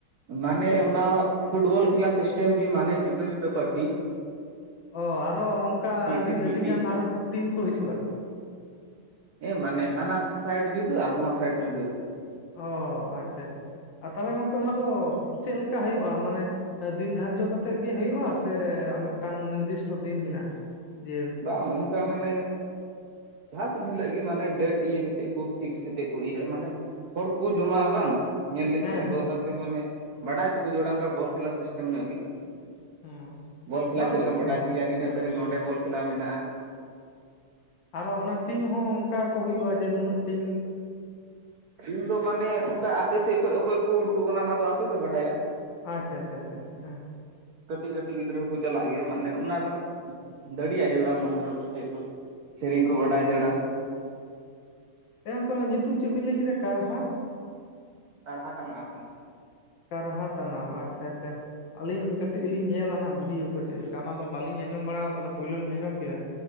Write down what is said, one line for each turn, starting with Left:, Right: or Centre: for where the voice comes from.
Right: ᱢᱟᱱᱮ
Left: ᱪᱮᱫ
Right: ᱚᱱᱟ ᱯᱷᱩᱴᱵᱚᱞ ᱠᱷᱮᱞᱟ ᱥᱤᱥᱴᱮᱢ ᱜᱮ ᱢᱟᱱᱮ ᱡᱩᱫᱟᱹ ᱡᱩᱫᱟᱹ ᱯᱟᱴᱤ
Left: ᱚ ᱟᱨᱚ ᱚᱱᱠᱟ
Right: ᱢᱤᱫ
Left: ᱟᱹᱰᱤ
Right: ᱴᱤᱢ ᱢᱤᱫ
Left: ᱟᱹᱰᱤ
Right: ᱴᱤᱢ
Left: ᱜᱟᱱ ᱟᱨᱚ ᱴᱤᱢ ᱠᱚ ᱦᱤᱡᱩᱜᱼᱟ
Right: ᱮ ᱢᱟᱱᱮ ᱦᱟᱱᱟ ᱥᱟᱭᱤᱰ ᱡᱩᱫᱟᱹ ᱟᱨ ᱱᱚᱣᱟ ᱥᱟᱭᱤᱰ ᱡᱩᱫᱟᱹ
Left: ᱚ ᱟᱪᱪᱷᱟ ᱟᱪᱪᱷᱟ ᱛᱟᱦᱚᱞᱮ ᱜᱚᱝᱠᱮ ᱚᱱᱟ ᱫᱚ ᱪᱮᱫ ᱞᱮᱠᱟ ᱦᱩᱭᱩᱜᱼᱟ ᱢᱟᱱᱮ ᱫᱤᱱ ᱫᱷᱟᱨᱡᱚ ᱠᱟᱛᱮᱜ ᱜᱮ ᱦᱩᱭᱩᱜᱼᱟ ᱥᱮ ᱢᱤᱫᱴᱟᱝ ᱱᱤᱨᱫᱤᱥᱴᱚ ᱫᱤᱱ ᱢᱮᱱᱟᱜᱼᱟ ᱡᱮ
Right: ᱵᱟᱝ ᱚᱱᱠᱟ ᱢᱟᱱᱮ ᱡᱟᱦᱟᱸ ᱛᱤᱱ ᱦᱤᱞᱟᱹᱜ ᱜᱮ ᱢᱟᱱᱮ ᱰᱮᱴ ᱤᱭᱟᱹ ᱠᱟᱛᱮ ᱠᱚ ᱯᱷᱥ ᱠᱟᱛᱮ ᱠᱚ ᱤᱭᱟᱹ ᱢᱟᱱᱮ ᱦᱚᱲ ᱠᱚ ᱡᱚᱢᱟᱜᱼᱟ ᱵᱟᱝ ᱧᱮᱞ ᱞᱟᱹᱜᱤᱫ
Left: ᱦᱮᱸ ᱦᱮᱸ
Right: ᱚᱱᱟᱛᱮ ᱢᱟᱱᱮ <unintelligible> ᱵᱚᱞ ᱠᱷᱮᱞᱟ ᱥᱤᱥᱴᱮᱢ ᱧᱚᱜ ᱜᱮ
Left: ᱦᱮᱸ
Right: ᱵᱚᱞ ᱠᱷᱮᱞᱟ
Left: ᱵᱟᱝ
Right: ᱪᱮᱫ ᱞᱮᱠᱟᱢ
Left: ᱦᱮᱸ
Right: ᱵᱟᱰᱟᱭ ᱦᱚᱪᱚᱭ
Left: ᱦᱮᱸ
Right: ᱭᱟ ᱱᱤᱱᱟᱹᱜ
Left: ᱦᱮᱸ
Right: ᱛᱟᱹᱨᱤᱠᱷ
Left: ᱦᱮᱸ
Right: ᱱᱚᱸᱰᱮ ᱵᱚᱞ ᱠᱷᱮᱞᱟ ᱢᱮᱱᱟᱜᱼᱟ
Left: ᱟᱨᱚ ᱚᱱᱟ ᱴᱤᱢ ᱦᱚᱸ ᱚᱱᱠᱟ ᱠᱚ ᱦᱩᱭᱩᱜᱼᱟ ᱡᱮ ᱱᱩᱱᱟᱹᱜ ᱴᱤᱢ
Right: ᱤᱧᱫᱚ ᱢᱟᱱᱮ ᱚᱱᱠᱟ ᱟᱯᱮ ᱥᱮᱫ ᱠᱷᱚᱱᱚᱡ ᱚᱠᱚᱭ ᱠᱚ ᱩᱰᱩᱠᱚᱜ ᱠᱟᱱᱟ ᱚᱱᱟ ᱫᱚ ᱟᱯᱮᱯᱮ ᱵᱟᱰᱟᱭᱟ
Left: ᱟᱪᱷᱟᱪᱷᱟᱪᱷᱟ ᱦᱮᱸ
Right: ᱠᱟᱹᱴᱤᱡ ᱠᱟᱹᱴᱤᱡ ᱜᱤᱫᱽᱨᱟᱹ ᱦᱚᱸᱠᱚ ᱪᱟᱞᱟᱜ ᱜᱮᱭᱟ ᱢᱟᱱᱮ ᱚᱱᱟᱨᱮ ᱫᱟᱲᱮᱭᱟᱜ ᱡᱚᱲᱟ ᱢᱚᱱᱛᱨᱚ ᱠᱚ ᱪᱮᱫ ᱠᱚ ᱥᱮᱨᱮᱧ ᱠᱚ ᱵᱟᱰᱟᱭ ᱡᱟᱹᱲᱩᱨᱟ
Left: ᱮ ᱜᱚᱝᱠᱮ ᱚᱱᱟ ᱧᱩᱛᱩᱢ ᱪᱮᱫ ᱵᱤᱱ ᱞᱟᱹᱭ ᱠᱮᱫᱟ ᱠᱟᱨᱦᱟ
Right: ᱛᱟᱲᱦᱟ ᱴᱟᱱᱟᱜ ᱦᱚᱸ ᱠᱚ ᱢᱮᱱ
Left: ᱠᱟᱨᱦᱟ ᱴᱟᱱᱟᱣ ᱟᱪᱪᱷᱟ ᱟᱪᱪᱷᱟ ᱟᱹᱞᱤᱧ ᱠᱟᱹᱴᱤᱡ ᱞᱤᱧ ᱧᱮᱞᱟ ᱦᱟᱸᱜ ᱵᱷᱤᱰᱭᱳ ᱠᱚ ᱪᱮᱫ ᱞᱮᱠᱟ ᱚᱱᱟ ᱫᱚ ᱵᱟᱞᱤᱧ ᱟᱸᱡᱚᱢ ᱵᱟᱲᱟ ᱠᱟᱫᱟ ᱯᱳᱭᱞᱳ ᱞᱤᱧ ᱟᱸᱡᱚᱢ ᱠᱮᱫᱟ